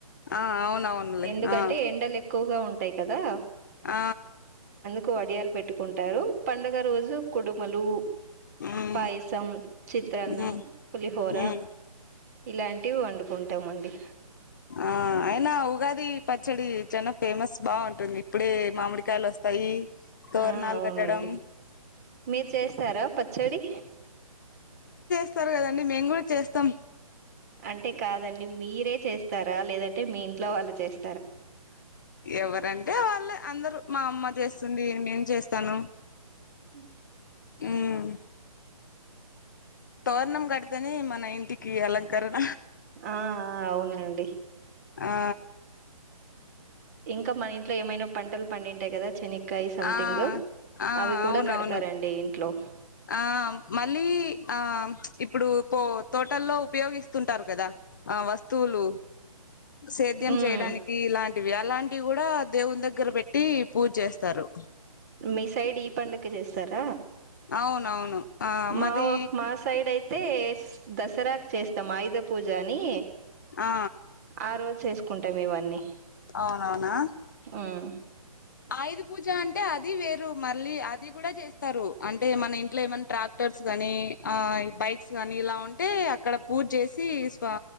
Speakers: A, on the left; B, on the right.
A: ఆ అవునవునులే
B: ఎందుంటే
A: ఆ
B: ఎండలు ఎ క్కువగా ఉంటాయి కదా
A: ఆ
B: కు వడియాలు పెట్టుకుంటారు పండుగ రోజు కుడుములు
A: ఉమ్
B: పాయసం చిత్రాన్నం
A: ఉమ్
B: పులిహోర
A: ఉమ్
B: ఇలా టి వండుకుంటామండి
A: ఆ అయినా ఉగాది పచ్చడి చానా ఫేమస్ బావుంటుంది ఇప్పుడే మామిడికాయలు వస్తాయి తోరణాలు
B: ఆ అవునండి
A: కట్టడం
B: మీరు చేస్తారా పచ్చడి
A: వస్తారు కదండి మేము గూడ చేస్తాం
B: అంటే కాదండి మీరే చేస్తారా లేదంటే మీ ఇంట్లో వాళ్ళు చేస్
A: ఎవరంటే వాళ్ళే అందరు మా అమ్మ చేస్తుంది నేన చేస్తాను
B: ఉ
A: ఉమ్ తోరణం గడ్తేనే మన ఇంటికి గి అలంకరణ
B: ఆ ఆ! అవునండి
A: ఆ
B: ఇంక మన ఇంట్లో ఏమైనా పంటలు పండింటాయి కదా శని కై సంథింగ్
A: ఆ ఆ
B: అవి కూడ
A: అవునవును
B: కడతారండి ఇంట్లో
A: ఆ మళ్ళీ ఆ ఇప్పుడు పో తోటల్లో ఉపయోగిస్తుంటారు కదా ఆ వస్తువులు సేద్యం
B: ఉమ్
A: చేయడానికి ఇలాంటివి అలాంటివి కూడా దేవుని దగ్గర పెట్టి పూజ్ చేస్తారు
B: మీ సైడ్ ఈ పండగ చేస్తార
A: అవునవును ఆ
B: మా
A: మది
B: మా సైడ్ అయితే దసరాకు చేస్తాం ఆయుధ పూజ అనీ
A: ఆ
B: ఆ రోజు చేసు కుంటాం ఇవన్నీ
A: అవునవునా
B: ఉమ్
A: ఆయుధ పూజ అంటే అది వేరు మళ్ళీ అది కూడ చేస్తారు అంటే మన ఇంట్లో ఏమన్న ట్రాక్టర్స్ గనీ ఆ బైక్స్ గానీ ఇలా ఉంటే అక్కడ పూజ్ చేసి స్వా